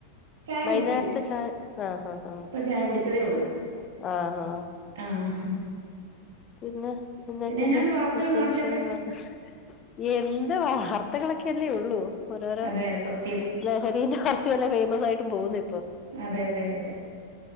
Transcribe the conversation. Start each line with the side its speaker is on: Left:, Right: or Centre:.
Right: ചായ
Left: വൈകുന്നേരത്തെ
Right: കുടിച്ചു
Left: ചായ ആ ആ
Right: ഇപ്പം ചായ കുടിച്ചതേ ഉള്ളൂ
Left: ആ ആ ആ
Right: ആഹ്
Left: പിന്നെ പിന്നക്കിന്റെ
Right: പിന്നെ എന്നാണ്ട് വാർത്തകൾ
Left: വിശേഷങ്ങളൊക്കെ
Right: നാട്ടിലൊക്കെ
Left: എന്ത് വാർ ത്തകളൊക്കെല്ലേ ഉള്ളൂ ഓരോരോ
Right: അതെ അത് സത്യം
Left: ലഹരിന്റെ വർത്തയല്ലാം ഫേമസ് ആയിട്ടും പോകുന്നേ
Right: അതെ അതെ അതെ